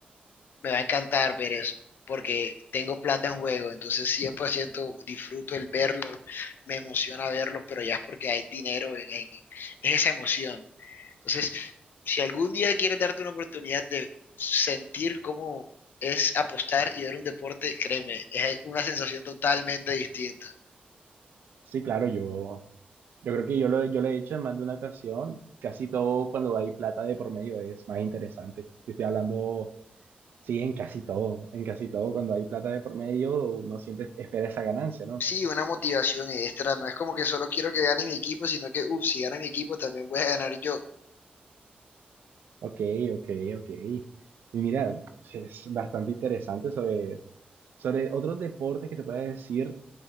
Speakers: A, on the left; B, on the right.
A: me va a encantar ver eso, porque tengo plata en juego, entonces 100% disfruto el verlo, me emociona verlo, pero ya es porque hay dinero en, en- en esa emoción. Entonces, si algún día quieres darte una oportunidad de sentir cómo es apostar y ver un deporte, créeme, es una sensación totalmente distinta.
B: Sí, claro, yo Yo creo que yo lo, yo lo he hecho en más de una ocasión. Casi todo cuando hay plata de por medio es más interesante. Yo Estoy hablando, sí, en casi todo. En casi todo, cuando hay plata de por medio, uno siempre espera esa ganancia, ¿no?
A: Sí, una motivación extra, no es como que solo quiero que gane mi equipo, sino que, uff, si gana mi equipo también voy a ganar yo.
B: Ok, ok, ok. Y mira, es bastante interesante sobre, sobre otros deportes que te pueda decir.